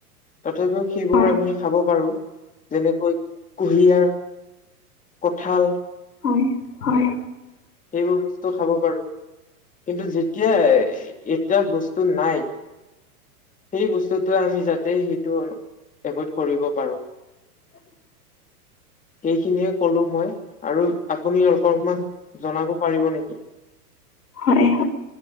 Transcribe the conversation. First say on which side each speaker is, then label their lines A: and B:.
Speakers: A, on the left; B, on the left.
A: তথাপিও সেইবোৰ
B: হয়
A: আমি খাব পাৰো৷ যেনেকৈ কুঁহিয়াৰ, কঠাল৷
B: হয়-হয়
A: সেইবোৰ বস্তু খাব পাৰোঁ। কিন্তু যেতিয়া এতা বস্তু নাই সেই বস্তুটো আমি যাতে সেইটো এভইড কৰিব পাৰোঁ।
B: <inaudible>
A: সেইখিনিয়ে কলো মই আৰু আপুনি অকনমান জনাব পাৰিব নেকি?
B: হয়-হয়।